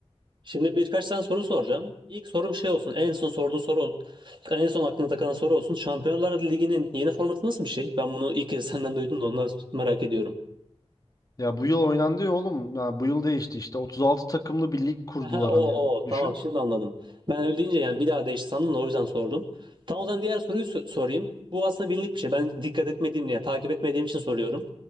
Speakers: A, on the right (about 45°); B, on the left (about 35°).
A: Şimdi birkaç tane soru soracağım. İlk sorum şey olsun. En son sorduğun soru ol- en son aklına takılan soru olsun. Şampiyonlar Ligi'nin yeni formatı nasıl bir şey? Ben bunu ilk kez senden duydum da ondan merak ediyorum.
B: Ya bu yıl oynandı ya oğlum. Ya bu yıl değişti işte. 36 takımlı bir lig kurdular
A: Aha, o
B: hani.
A: o
B: Düşün.
A: tamam şimdi anladım. Ben öyle deyince yani bir daha değişti sandım da o yüzden sordum. Tam o zaman diğer soruyu so- sorayım. Bu aslında bilindik bir şey. Ben dikkat etmediğim yani takip etmediğim için soruyorum.